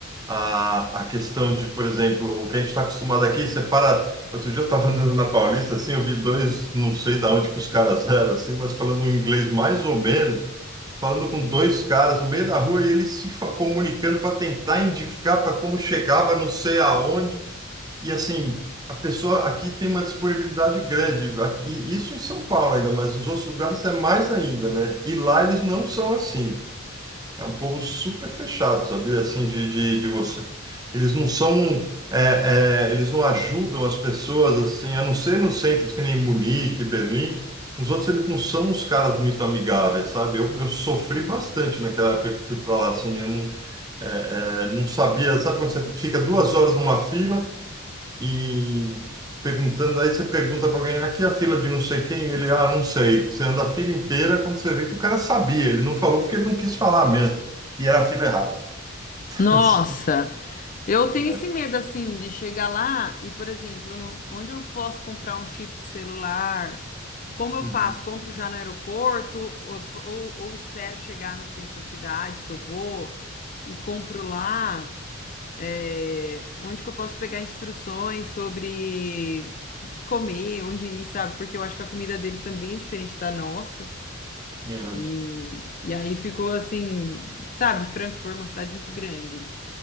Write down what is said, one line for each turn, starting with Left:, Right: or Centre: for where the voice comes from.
Right: a, a questão de, por exemplo, o que a gente está acostumado aqui, você para. Outro dia eu estava andando na Paulista, assim, eu vi dois, não sei de onde que os caras eram, assim, mas falando um inglês mais ou menos falando com dois caras no meio da rua e eles se fa- comunicando para tentar indicar para como chegava, não sei aonde. E assim, a pessoa aqui tem uma disponibilidade grande, e isso em São Paulo ainda, mas nos outros lugares é mais ainda, né? E lá eles não são assim. É um povo super fechado, sabia? Assim, de, de, de você. Eles não são. é, é, eles não ajudam as pessoas, assim, a não ser nos centros que nem Munique, Berlim. Nos outros, eles não são uns caras muito amigáveis, sabe? Eu, eu sofri bastante naquela época que fui para lá, assim. Eu não, é, é, não sabia. Sabe quando você fica duas horas numa fila? e perguntando, aí você pergunta para alguém, aqui é a fila de não sei quem, e ele, ah, não sei. Você anda a fila inteira quando você vê que o cara sabia, ele não falou porque ele não quis falar mesmo. E era a fila errada. <laughs>
Left: Nossa,
Right: Assim,
Left: eu tenho
Right: é.
Left: esse medo assim de chegar lá e, por exemplo, no- onde eu posso comprar um chip de celular? Como eu
Right: Uhum.
Left: faço? Compro já no aeroporto ou, ou- ou espero chegar no centro da cidade que eu vou e compro lá? É, onde que eu posso pegar instruções sobre o que comer, onde ir, sabe? Porque eu acho que a comida deles também é diferente da nossa.
Right: É.
Left: E, e aí ficou assim, sabe? Frankfurt é uma cidade muito grande.